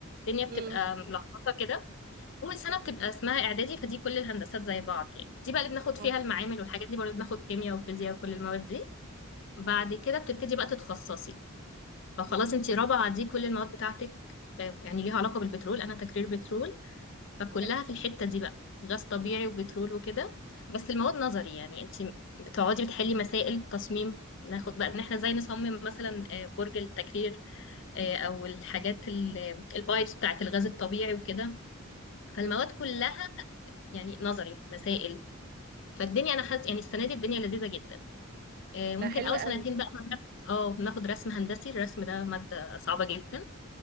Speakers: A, on the left; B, on the right.
A: الدنيا بتبقى
B: امم
A: ملخبطه كده اول سنه بتبقى اسمها اعدادي فدي كل الهندسات زي بعض يعني دي بقى اللي بناخد
B: اه
A: فيها المعامل والحاجات دي برضه بناخد كيمياء وفيزياء وكل المواد دي بعد كده بتبتدي بقى تتخصصي فخلاص انت رابعة دي كل المواد بتاعتك آه، يعني ليها علاقة بالبترول انا تكرير بترول فكلها
B: حلو
A: في الحتة دي بقى غاز طبيعي وبترول وكده بس المواد نظري يعني انت بتقعدي بتحلي مسائل تصميم ناخد بقى ان احنا ازاي نصمم مثلا آه، برج التكرير آه، او الحاجات ال- آه، البايبس بتاعت الغاز الطبيعي وكده فالمواد
B: امم
A: كلها يعني نظري مسائل فالدنيا انا حاسه يعني السنه دي الدنيا لذيذه جدا آه، ممكن
B: ده حلو
A: اول
B: قوي
A: سنتين بقى بناخد اه بناخد رسم هندسي الرسم ده ماده صعبه جدا